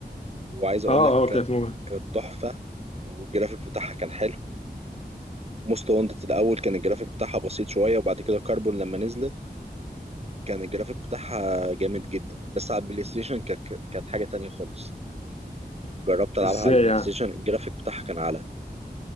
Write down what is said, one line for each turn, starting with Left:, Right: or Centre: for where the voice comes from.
Right: وعايز اقول
Left: اه
Right: لك
Left: اه
Right: كانت
Left: كانت مغرية
Right: كانت تحفه والجرافيك بتاعها كان حلو موست وانتد الاول كان الجرافيك بتاعها بسيط شويه وبعد كده كاربون لما نزلت كان الجرافيك بتاعها جامد جدا بس على البلاي ستيشن كانت كانت حاجه تانية خالص جربت العبها
Left: ازاي
Right: على البلاي
Left: يعني
Right: ستيشن الجرافيك بتاعها كان اعلى